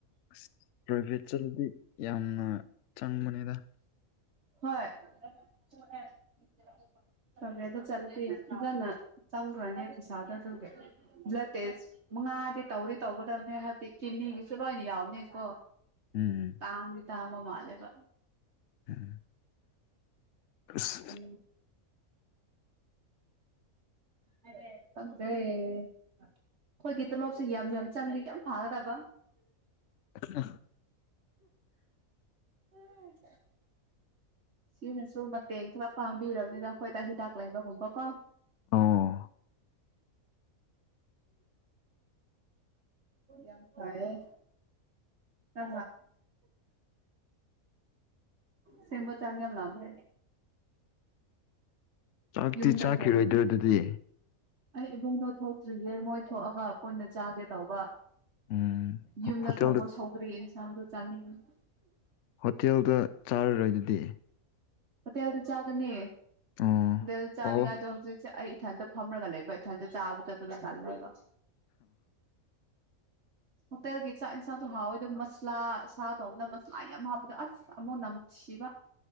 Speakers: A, on the left; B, on the right.
A: ꯑꯁ ꯄ꯭ꯔꯥꯏꯚꯦꯠ ꯆꯠꯂꯗꯤ ꯌꯥꯝꯅ ꯆꯪꯕꯅꯤꯗ
B: ꯍꯣꯏ ꯕꯦꯗ ꯆꯂ ꯏꯅ ꯆꯪꯒ ꯑꯅꯤ ꯄꯁꯗ ꯑꯗꯨꯒꯦ ꯕ꯭ꯂꯗ ꯇꯦꯁ ꯃꯉꯥꯗꯤ ꯇꯧꯗꯤ ꯇꯧꯒꯗꯕꯅꯦ ꯍꯥꯏꯕꯗꯤ ꯀꯤꯅꯤꯒꯤꯁꯨ ꯂꯣꯏꯅ ꯌꯥꯎꯅꯤ ꯀꯣ
A: ꯎꯝ
B: ꯇꯥꯡꯕꯤ ꯇꯥꯡꯒꯣ ꯃꯥꯂꯦꯕ
A: ꯎꯝ ꯑꯁ
B: ꯎ ꯑꯦ ꯑꯩꯈꯣꯏꯒꯤ ꯇꯣꯂꯣꯞꯁꯤ ꯌꯥꯝ ꯌꯥꯝ ꯆꯪꯂꯤ ꯌꯥꯝ ꯐꯥꯒꯗꯕ
A: ꯑ
B: ꯎꯝ ꯁꯤꯅꯁꯨ ꯃꯇꯦꯡ ꯈꯔ ꯄꯥꯡꯕꯤꯔꯕꯅꯤꯅ ꯑꯩꯈꯣꯏꯗ ꯍꯤꯗꯥꯛ ꯂꯩꯕꯒꯨꯝꯕꯀꯣ
A: ꯑꯣ
B: ꯑꯗꯨ ꯍ ꯀ ꯁꯦꯃ ꯆꯥꯡ ꯑꯃ ꯂꯂ
A: ꯆꯥꯛꯇꯤ
B: ꯌꯨꯝꯗ
A: ꯆꯥꯈꯤꯔꯣꯏꯗ꯭ꯔꯣ
B: ꯊꯣꯡ
A: ꯑꯗꯨꯗꯤ
B: ꯑꯩ ꯏꯕꯨꯡꯗꯣ ꯊꯣꯛꯇ꯭ꯔꯤꯌꯦꯦ ꯃꯣꯏ ꯊꯣꯛꯑꯒ ꯀꯣꯏꯅ ꯆꯥꯒꯦ ꯇꯧꯕ
A: ꯎꯝ
B: ꯌꯨꯝꯗ
A: ꯍꯣꯇꯦꯜꯗ
B: ꯊꯣꯡꯕ ꯁꯧꯗ꯭ꯔꯦ ꯏꯟꯁꯥꯡꯗꯣ ꯆꯥꯅꯤꯡꯉꯤ
A: ꯍꯣꯇꯦꯜꯗ ꯆꯥꯔꯔꯣꯏ ꯑꯗꯨꯗꯤ
B: ꯍꯊꯦꯜꯗ ꯆꯥꯒꯅꯤ
A: ꯑꯣ
B: ꯗꯦꯜꯗ ꯆꯥꯅꯤꯡꯉꯥꯏꯗꯣ
A: ꯑꯣ
B: ꯍꯧꯖꯤꯛꯁꯦ ꯑꯩ ꯏꯊꯅꯗ ꯐꯝꯅꯒ ꯂꯩꯦꯕꯣ ꯏꯊꯣꯏꯅꯣ ꯆꯥꯕꯨ ꯆ ꯄꯨꯂꯥꯜꯂ ꯂꯩꯒꯣ ꯎꯄꯒꯤ ꯆꯥꯛ ꯏꯟꯁꯥꯡꯁꯨ ꯍꯥꯎꯋꯦꯗꯣ ꯃꯁꯂꯥ ꯁꯥ ꯊꯣꯡꯕꯗ ꯃꯁꯂꯥ ꯌꯥꯝ ꯍꯥꯞꯄꯗꯣ ꯑꯁ ꯑꯃꯨꯛ ꯅꯝꯁꯤꯕ